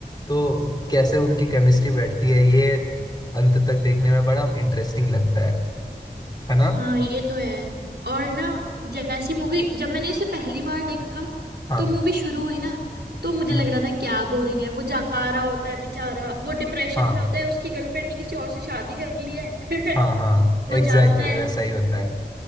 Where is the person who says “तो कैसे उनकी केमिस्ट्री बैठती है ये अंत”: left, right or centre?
Left